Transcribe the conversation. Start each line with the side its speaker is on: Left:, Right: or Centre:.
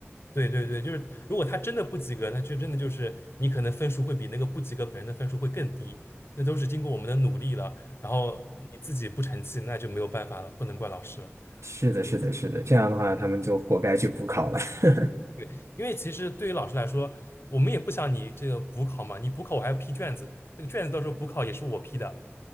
Left: 对对对，就是如果他真的不及格，那就真的就是你可能分数会比那个不及格本人的分数会更低，那都是经过我们的努力了，然后你自己不成器，那就没有办法了，不能怪老师了。
Right: 是的，是的，
Left: 嗯，
Right: 是的，这样的话他们就活该去补考了。<laughs>
Left: 对，因为其实对于老师来说，我们也不想你这个补考嘛，你补考我还要批卷子，那个卷子到时候补考也是我批的。